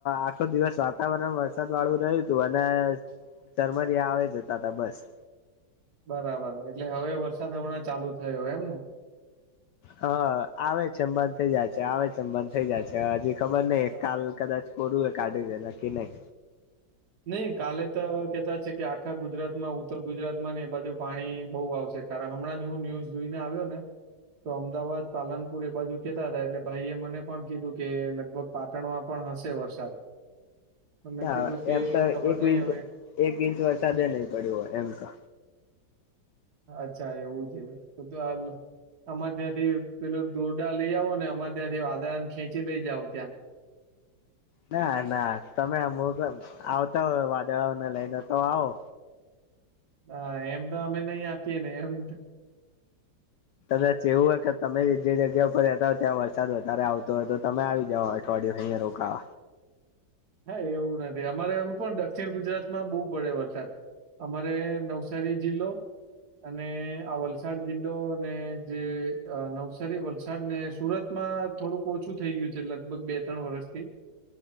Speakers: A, on the left; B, on the right.
A: આખો દિવસ વાતાવરણ વરસાદ વાળું રહ્યું હતું અને ચરમરિયા આવે જતા તા બસ.
B: બરાબર એટલે હવે વરસાદ હમણાં ચાલુ થયો એમ ને.
A: હા આવે છેમ બંધ થઇ જાય છે આવે છેમ બંધ થઇ જાય છે હજી ખબર નઈ
B: બરાબર.
A: કાલ. કદાચ કરુંય કાઢી દે ના કે નહી.
B: નહી કાલે તો કેતા છે કે આખા ગુજરાત માં ઉત્તર ગુજરાત માં ને એ બાજુ પાણી બહુ આવશે. કારણ હમણાં જ હું ન્યુઝ જોઈને આવ્યો ને તો અમદાવાદ પાલનપુર એ બાજુ કેતા હતાા એટલે ભાઈ એ મને પણ કીધું કે લગભગ પાટણમાં પણ હશે વરસાદ મેં
A: ના
B: કીધું કે
A: એમ તો
B: ખબર
A: એક
B: નહીં
A: ચ
B: હવે
A: એક ઇંચ વરસાદે નહી પડ્યો હોય એમ તો.
B: અચ્છા એવું છે તો તો હાલ અમારે ત્યાંથી પેલો દોરડા લઈ આવો ને અમારે ત્યાંથી વાદાને ખેંચી લઈ જઓ ત્યાં.
A: ના ના તમે અમુક આવતા હો વાદળાને લઈને તો આવો.
B: હા એમ તો અમે નહી આપીએ ને એમ
A: કદાચ એવું હોય કે તમે જે જગ્યા ઉપર રહેતા હો ત્યાં વરસાદ વધારે આવતો હોય તો તમે આવી જવાય. થોડી અહીં રોકા
B: હા એવું નથી અમારે એમ પણ દક્ષિણ ગુજરાત માં બહુ પડે વરસાદ. અમારે નવસારી જિલ્લો. અને આ વલસાડ જિલ્લો ને જે નવસારી વલસાડ ને સુરતમાં. થોડુંક ઓછું થઈ ગયું છે લગભગ બે ત્રણ વર્ષથી